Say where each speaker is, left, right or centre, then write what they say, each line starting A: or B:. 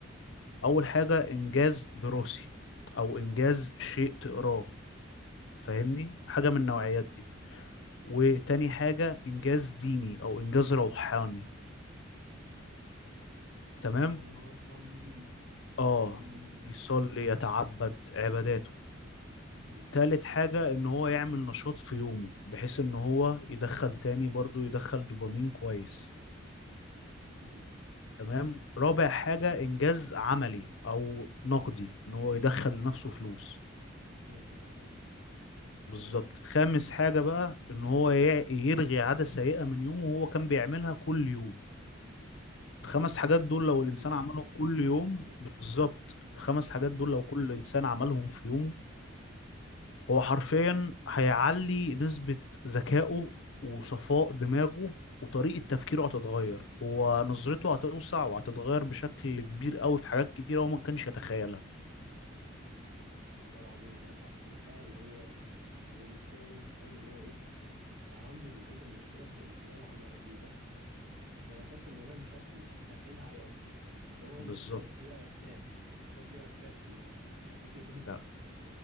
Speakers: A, on the right (about 75°); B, on the left (about 65°).
A: مم.
B: أول حاجة إنجاز دراسي أو إنجاز شيء تقراه فاهمني حاجة
A: حلو
B: من النوعيات دي وتاني حاجة إنجاز ديني أو إنجاز روحاني
A: حاجة
B: تمام
A: إن هو زي إن هو يصلي
B: آه
A: أو
B: يصلي
A: أه فاهمك
B: يتعبد عباداته
A: مم. مم.
B: تالت
A: فاهمك
B: حاجة إن هو يعمل نشاط في يومه بحيث إن هو يدخل تاني برضو يدخل دوبامين كويس
A: مم.
B: تمام رابع حاجة إنجاز عملي أو نقدي إن هو يدخل لنفسه فلوس
A: مادي فاهم قصدك أه
B: بالظبط
A: تمام
B: خامس حاجة بقى إن هو ي- يلغي عادة سيئة من يومه وهو كان بيعملها كل يوم الخمس حاجات دول لو
A: زي
B: الإنسان
A: الأكل
B: عملهم
A: مثلا
B: كل يوم
A: الكتير
B: بالظبط الخمس حاجات
A: مم.
B: دول لو كل إنسان عملهم في يومه هو حرفيا هيعلي نسبة ذكائه وصفاء دماغه وطريقة تفكيره هتتغير هو نظرته هتوسع وهتتغير بشكل كبير قوي في حاجات كتيرة هو ما كانش يتخيلها
A: والله العظيم عندك حق إن فعلا هو هو المشكلة برضه أنت فاهم إن هو إيه عنده بالذات المشكلة في الالتزام على النقط دي بس أنت ذكرت الموضوع بشكل سهلها عليه أكتر اللي هو
B: بالظبط
A: مش شرط يقرا كتاب مش شرط يقرا كتاب في اليوم ممكن يبتدي بصفحة
B: ده